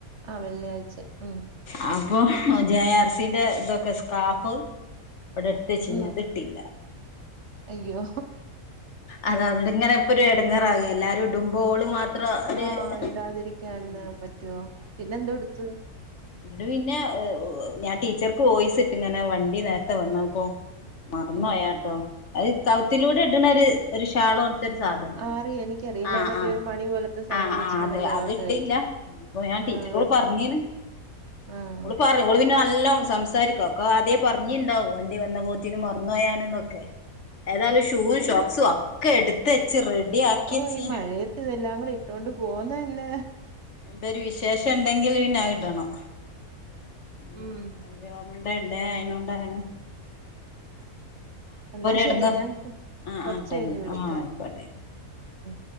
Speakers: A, on the right; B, on the left.
A: ആ വെള്ളിയാഴ്ച ഉം
B: ആ ഇപ്പൊ ജെ ആർ സിന്റെ ഇതൊക്കെ സ്കാർഫ് ഇവിടെ എടുത്ത് വെച്ച്
A: ഉം
B: അത് ഇട്ടില്ല
A: അയ്യോ
B: അതോ അവിങ്ങനെപ്പൊ ഒരു ഇടങ്ങറാകും എല്ലാരും ഇടുമ്പോ ഓള് മാത്രം ഒരു
A: ഹ ഇടാതിരിക്കാന്ന്
B: ഉം
A: പറ്റുവോ പിന്നെ എന്തോ എടുത്ത്
B: എന്നട് പിന്നെ ഞാൻ ടീച്ചർക്ക് വോയിസ് ഇട്ട് ഇങ്ങനെ വണ്ടി നേരത്തെ വന്ന ഇപ്പോ മറന്നു
A: ഉം
B: പോയാട്ടോ അത് കഴുത്തിലൂടെ ഇടണ ഒരു ഒരു ഷാള സാധന
A: ആറിയ എനിക്കറിയില്ല
B: ആ
A: എന്നിട്ട്
B: ആ
A: ഒരു മണി പോലത്തെ സാധനം
B: ആ
A: വെച്ച്
B: ആ
A: ഇങ്ങനെ
B: അതെ
A: മേളോട്ട്
B: അത് ഇട്ടില്ല
A: കയറ്റുന്നു
B: ഞാൻ ടീച്ചോട്
A: ആഹ്
B: പറഞ്ഞിന്
A: ആഹ്
B: ഓള് പറ നല്ലാം സംസാരിക്കോ ഒക്കെ അദ്യ പറഞ്ഞിണ്ടാവും വണ്ടി വന്ന പോത്തിനന് മറന്നുപോാണ് ഒക്കെ ഏതായാലും ഷൂ ഷോക്സും ഒക്കെ എടുത്ത് റെഡി ആക്കി
A: ഓ
B: വെച്ച്
A: ഈ മഴയത്ത് ഇതെല്ലാം കൂടെ ഇട്ടോണ്ട്
B: ഉം
A: പോകുന്നതന്നെ
B: എന്തൊരു വിശേഷം ഉണ്ടെങ്കിൽ പിന്നെ അത് ഇടണം ഇന്ന്
A: ഉം
B: എൻവയോൺമെന്റ് ഡേ അയിനോണ്ടാണ്
A: എന്നാ ശരി
B: എടങ്ങേറ്
A: ഞാൻ
B: ആഹ്
A: കൊറച്ച്
B: ആഹ് ടൈം
A: കഴിഞ്ഞ് വിളിക്കാം
B: ആഹ് ആയിക്കോട്ടെ
A: ഉം